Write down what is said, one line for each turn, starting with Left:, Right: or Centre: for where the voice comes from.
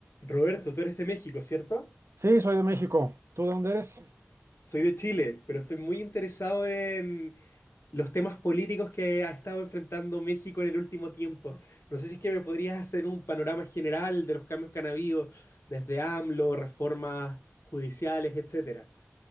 Left: Roberto, tú eres de México, ¿cierto?
Right: Sí, soy de México. ¿Tú de dónde eres?
Left: Soy de Chile, pero estoy muy interesado en los temas políticos que ha estado enfrentando México en el último tiempo. No sé si es que me podrías hacer un panorama general de los cambios que han habido desde AMLO, reformas judiciales, etcétera.